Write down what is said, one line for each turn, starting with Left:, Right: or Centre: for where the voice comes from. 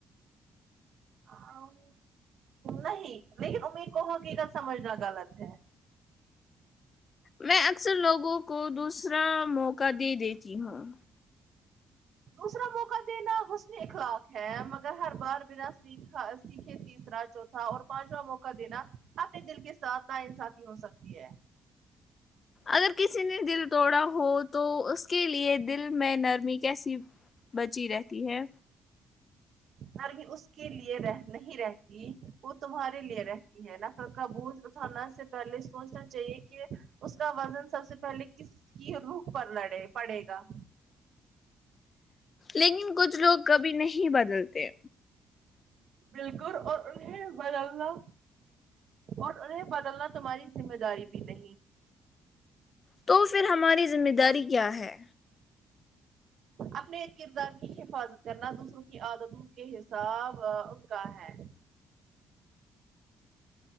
Right: ام نہیں لیکن امید کہو کہ کا سمجھنا غلط ہے
Left: میں اکثر لوگوں کو دوسرا موقع دے دیتی ہوں
Right: دوسرا موقع دینا حسن اخلاق ہے مگر ہر بار بنا سیکھا سیکھے تیسرا جو اور پانچواں موقع دینا اپنے دل کے ساتھ ناانصافی ہو سکتی ہے
Left: اگر کسی نے دل توڑا ہو تو اس کے لیے دل میں نرمی کیسی بچی رہتی ہے
Right: نرمی اس کے لیے رہ نہیں رہ وہ تمہارے لیے رہتی ہے نفرت کا بوجھ اٹھانا سے پہلے سوچنا چاہیے کہ اس کا وزن سب سے پہلے کس کی روخ پر لڑے پڑے گا
Left: لیکن کچھ لوگ کبھی نہیں بدلتے
Right: بالکل اور انہیں بدلنا اور انہیں بدلنا تمہاری ذمہ داری بھی نہیں
Left: تو پھر ہماری ذمہ داری کیا ہے
Right: اپنے ایک کردار کی حفاظت کرنا دوسروں کی عادتوں کے حساب ان کا ہے